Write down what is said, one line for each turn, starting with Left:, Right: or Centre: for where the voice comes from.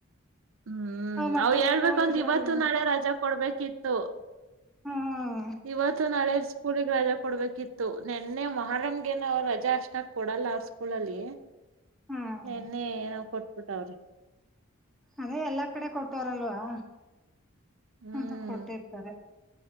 Right: ಹ್ಮ್
Centre: ಮಕ್ಳು
Right: ಅವ್ ಹೇಳ್ಬೇಕಂದ್ರೆ
Centre: ಸ್ಕೂಲ್ ಇದ್ರೆ
Right: ಇವತ್ತು
Centre: ಇಲ್ಲ
Right: ನಾಳೆ ರಜಾ ಕೊಡ್ಬೇಕಿತ್ತು.
Centre: ಹು
Right: ಇವತ್ತು ನಾಳೆ ಸ್ಕೂಲಿಗ್ ರಜಾ ಕೊಡ್ಬೇಕಿತ್ ತು ನೆನ್ನೆ ಮೊಹರಂಗೆನು ರಜಾ ಅಷ್ಟಾಗ್ ಕೊಡಲ್ಲ ಅವ್ರ್ ಸ್ಕೂಲಲ್ಲಿ.
Centre: ಹ್ಮ್
Right: ನೆನ್ನೆ ಏನೊ ಕೊಟ್ಬುಟ್ವ್ರೆ.
Centre: ಅದೇ ಎಲ್ಲಾ ಕಡೆ ಕೊಟೋವ್ರಲ್ವಾ
Right: ಹ್ಮ್
Centre: ಅಂತ ಕೊಟ್ಟಿರ್ತಾರೆ.